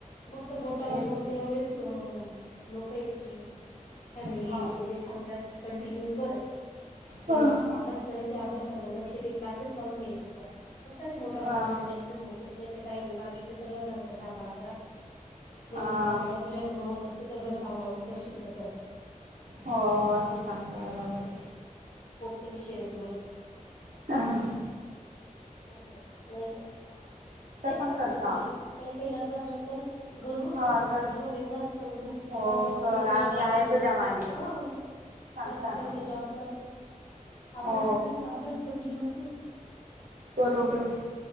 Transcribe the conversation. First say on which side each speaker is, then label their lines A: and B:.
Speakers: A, on the left; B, on the right.
A: फक्त बोटावर
B: भेटून
A: मोज थोडेच अ लोक हेत की. फॅमिली
B: हा
A: इतक ते सांगतात की. कंटिन्यू कर. तु
B: हा
A: अभ्यास करायच्या अभ्यासाकडे लक्ष दे. क्लासेस लावून घे एक्स्ट्रा. फक्त अशे बोटावर
B: हा
A: मोजण्या उगचे लोकच आहे. काय नाहीत काही नाही बाकीचे सगळ्या घरचा सांभाळ करा घरून
B: हा
A: सांभाळ तुझ्याकडनं होत. असेल तर, घर सांभाळून करशील त कर.
B: हो असं सांगत बरोबर आहे.
A: तो विषय दूरच-
B: हां.
A: नाही तर तेच
B: पण
A: सांगते
B: करता
A: ना मी काही-काही लग्नानंतर घरून
B: हा
A: सपोर्ट
B: कर
A: मिळतो ना बिंदास कर तू, तुला
B: हो
A: जॉब
B: कर
A: करायचाय
B: आम्ही
A: जॉब कर
B: आहे तुझ्या मागे
A: हां.
B: सांगता
A: जॉब करायचाय
B: ना
A: जॉब कर, अभ्यास
B: हो
A: करायचा अभ्यास कंटिन्यू कर
B: बरोबर.